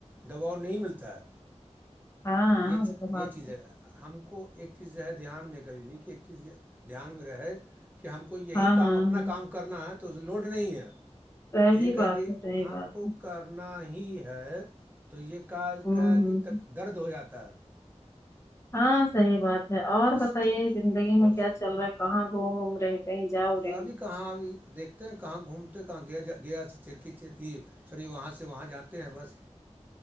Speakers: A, on the right; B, on the left.
A: دوباؤ نہیں ملتا ہے
B: ہاں
A: یہ
B: وہ تو بات
A: یہ چیز ہے ہم کو ایک چیز ہے دھیان میں کبھی بھی کہ ایک چیز دھیان میں رہے کہ ہم کو یہی
B: ہاں ہاں
A: کام اپنا
B: ہاں
A: کام کرنا ہے تو لوڈ نہیں ہے
B: صحیح
A: ایک
B: بات
A: ہے کہ
B: صحیح بات
A: آ کو کار نا ہی ہے تو یہ کا
B: ہوں
A: کیا
B: ہوں
A: کہ درد ہو جاتا ہے
B: ہاں صحیح بات ہے اور
A: جس
B: بتائیے زندگی میں
A: اور
B: کیا چل رہا ہے کہاں گھوم اوم رہے کہیں جاؤ رہے
A: ابھی
B: ہیں
A: کہاں ابھی دیکھ کہاں گھومتے کہاں گیا گیا چرکی چرکی سوری وہاں سے وہاں جاتے ہیں بس